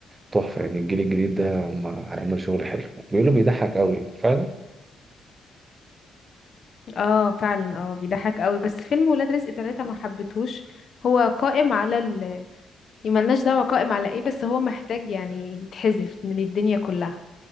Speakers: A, on the right; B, on the left.
A: تحفه يعني الجيل الجديد ده هم هيعملوا شغل حلو بيقولوا بيضحك قوي فعلا
B: اه فعلا اه بيضحك قوي بس فيلم ولاد رزق تلاتة ما حبيتهوش هو قائم على ال ملناش دعوة قائم على ايه بس هو محتاج يعني يتحذف من الدنيا كلها